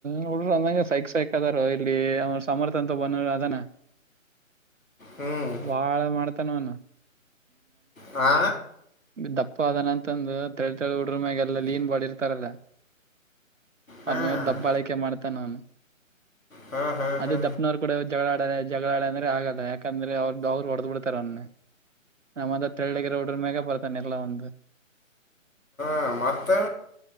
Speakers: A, on the right; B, on the left.
A: ನೋಡರು ಅಂದಗೆ ಸೈಕ್ ಸೈಕ್ ಅದಾರ ಇಲ್ಲಿ ಅವ ಸಮರ್ಥ ಅಂತ ಬಂದ ಅದಾನ
B: ಹ್ಮ್
A: ಬಾಳ ಮಾಡ ತನವಣ
B: ಹಾ
A: ದಪ್ಪ ಅದನಂತಂದು ತೆಳ್ ತೆಳಿ ಉಡ್ರ ಮ್ಯಾಗ ಎಲ್ಲಾ ಲೀನ್ ಬಾಳ ಇರ್ತಾರಲ್ಲ
B: ಹಾ
A: ಆರಮೇ ದಬ್ಬಾಳಕೆ ಮಾಡ್ತ ನಾನು
B: ಹಾ ಹಾ
A: ಅದೇ
B: ಹಾ
A: ದಪ್ಪನವ್ರು ಕೂಡ ಜಗಳ ಆಡಾರೆ ಜಗಳಾಳ ಅಂದ್ರೆ ಆಗಲ್ಲ ಯಾಕಂದ್ರೆ ಅವ್ರ ಬ ಅವ್ರು ಹೊಡ್ ಬಿಡ್ತಾರ ಅವನ್ನ ನಮ್ಮಂದ ತೆಳ್ಳಗರ ಹಡ್ರ ಮೇಗ ಬರ್ತ್ತದೆ ನೆರಲ ಒಂದ
B: ಹ ಮತ್ತೆ